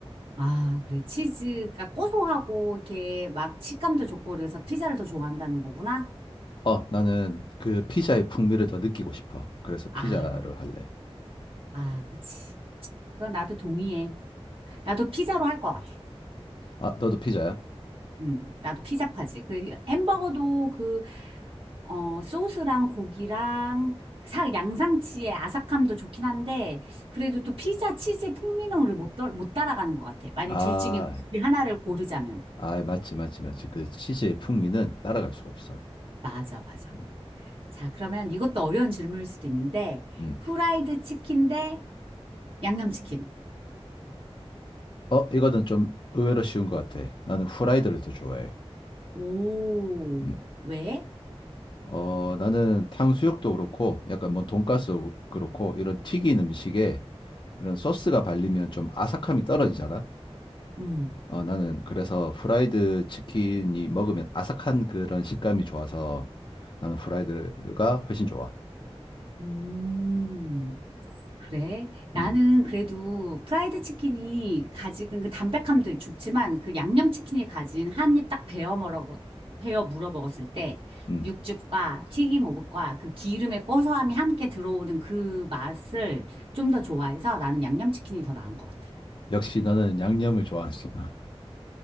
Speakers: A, on the right; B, on the left.
A: 아, 그래. 치즈가 고소하고, 이렇게 막 식감도 좋고, 그래서 피자를 더 좋아한다는 거구나?
B: 어, 나는 그 피자의 풍미를 더 느끼고 싶어. 그래서 피자를
A: 아,
B: 할래.
A: 아, 그치. 그건 나도 동의해. 나도 피자로 할 것 같아.
B: 아, 너도 피자야?
A: 음, 나도 피자파지. 그 햄버거도 그, 어, 소스랑 고기랑 사, 양상치의 아삭함도 좋긴 한데, 그래도 또 피자 치즈의 풍미는 우리 못, 따- 못 따라가는 것 같아. 만약
B: 아,
A: 둘 중에 굳이 하나를 고르자면.
B: 아, 맞지, 맞지, 맞지. 그 치즈의 풍미는 따라갈 수가 없어.
A: 맞아, 맞아.
B: 음,
A: 자, 그러면 이것도 어려운 질문일 수도 있는데,
B: 음.
A: 후라이드 치킨 대 양념치킨.
B: 어, 이거는 좀 의외로 쉬운 것 같아. 나는 후라이드를 더 좋아해.
A: 오,
B: 음.
A: 왜?
B: 어, 나는 탕수육도 그렇고, 약간 뭐 돈가스도 그렇고, 이런 튀긴 음식에 이런 소스가 발리면 좀 아삭함이 떨어지잖아?
A: 음.
B: 어, 나는 그래서 프라이드 치킨이 먹으면 아삭한 그런 식감이 좋아서 나는 프라이드가 훨씬 좋아.
A: 음. 그래. 나는
B: 음,
A: 그래도 프라이드 치킨이 가지는 그 담백함도 좋지만 그 양념 치킨이 가진 한입 딱 베어 물어 베어 물어 먹었을 때
B: 음.
A: 육즙과 튀김 오복과 그 기름의 고소함이 함께 들어오는 그 맛을 좀 더 좋아해서 나는 양념 치킨이 더 나은 것 같아.
B: 역시 너는 양념을 좋아하는구나.